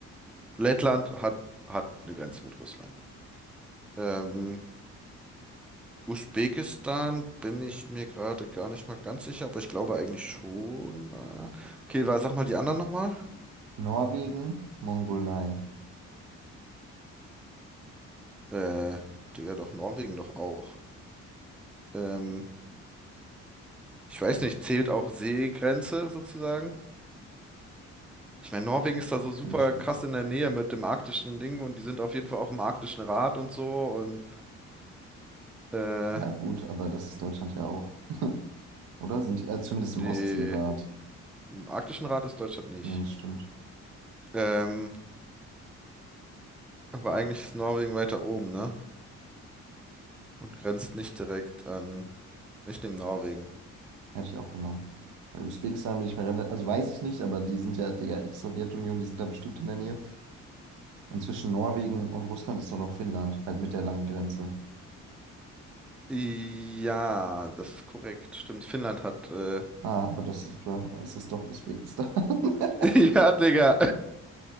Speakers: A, in the centre; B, on the right.
A: Lettland hat, hat eine Grenze mit Russland. Ähm, Usbekistan bin ich mir gerade gar nicht mal ganz sicher, aber ich glaube eigentlich schon. äh. Okay, wa- sag mal die anderen nochmal.
B: Norwegen, Mongolei.
A: Äh, Digga, doch, Norwegen doch auch. Ähm, ich weiß nicht, zählt auch Seegrenze sozusagen? Ich meine, Norwegen ist da so super
B: Finde ich spitz.
A: krass in der Nähe mit dem arktischen Ding und die sind auf jeden Fall auch im arktischen Rat und so und äh,
B: Ja, gut, aber das ist Deutschland ja auch. Oder? Sind die, äh, zumindest
A: nee,
B: im Ostseerat.
A: im arktischen Rat ist Deutschland nicht.
B: Nee, stimmt.
A: Ähm, aber eigentlich ist Norwegen weiter oben, ne? Und grenzt nicht direkt an, nicht neben Norwegen.
B: Hätte ich auch genommen. Weil Usbekistan bin ich mir relativ, also weiß ich nicht, aber die sind ja, Digga, Ex-Sowjetunion, die sind da bestimmt in der Nähe. Und zwischen Norwegen und Russland ist doch noch Finnland, halt mit der langen Grenze.
A: Ja, das ist korrekt. Stimmt, Finnland hat. Äh...
B: Ah, aber das ist, doch- es ist doch Usbekistan. <laughs>
A: <laughs> Ja, Digga.